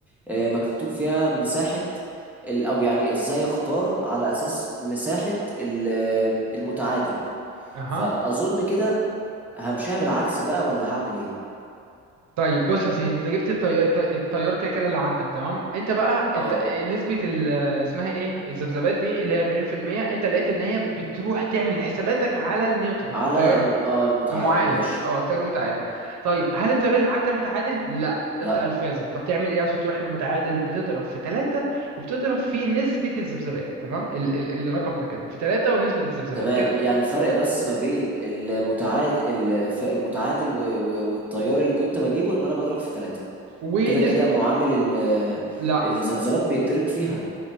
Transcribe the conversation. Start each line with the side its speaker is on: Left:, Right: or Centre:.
Centre: آه، مكتوب فيها مساحة ال- او يعني ازاي اختار على اساس مساحة ال- آه، المتعادل
Right: اها
Centre: فاظن كده همشيها بالعكس بقى ولا هعمل ايه
Right: طيب بص يا سيدي انت جبت الطي... الط- التيار كده كده اللي عندك تمام انت بقى
Centre: اه
Right: الت... نسبة ال... اسمها ايه الذبذبات دي اللي هي 40% انت لقيت ان هي بتروح تعمل حساباتك على النيوترال
Centre: على
Right: التيار
Centre: الم... اه المتعادل
Right: المعادل
Centre: ماشي
Right: اه التيار المتعادل طيب هل التيار اللي معاك ده متعادل؟ لا ده
Centre: لا
Right: بتاع الفازة طب تعمل ايه عشان تروح للمتعادل؟ بتضرب في ثلاثة وبتضرب في نسبة الذبذبات تمام ال... ال... الرقم ده كده في ثلاثة ونسبة الذبذبات
Centre: تمام
Right: كده
Centre: يعني الفرق بس ما بين المتعادل الف- المتعادل و- و- والتيار اللي كنت بجيبه ان انا بضرب في ثلاثة
Right: ونسبة
Centre: كده كده معامل ال-
Right: لا
Centre: الذبذبات بيتضرب فيها